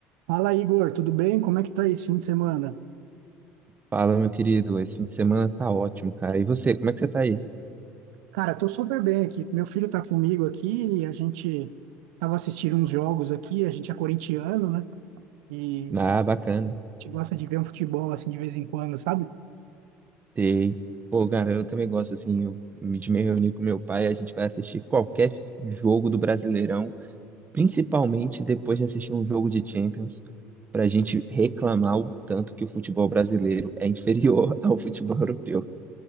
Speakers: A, on the right; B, on the right.
A: Fala, Igor, tudo bem? Como é que tá esse fim de semana?
B: Fala, meu querido. Esse fim de semana tá ótimo, cara. E você, como é que você tá aí?
A: Cara, tô super bem aqui. Meu filho tá comigo aqui e a gente tava assistindo uns jogos aqui. A gente é corintiano, né? E
B: Ah,
A: a
B: bacana.
A: gente gosta de ver um futebol assim de vez em quando, sabe?
B: Sei. Pô, cara, eu também gosto, assim, eu me- de me reunir com meu pai, a gente vai assistir qualquer jogo do Brasileirão, principalmente depois de assistir um jogo de Champions, pra gente reclamar o tanto que o futebol brasileiro é inferior <laughs> ao futebol europeu.